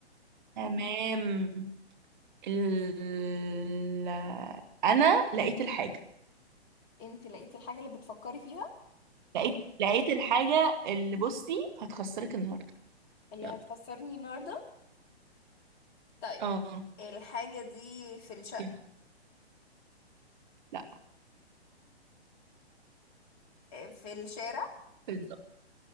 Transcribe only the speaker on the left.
انت لقيتي الحاجه اللي بتفكري فيها
اللي
هتخسرني النهارده طيب
الحاجه دي في الش...
في الشارع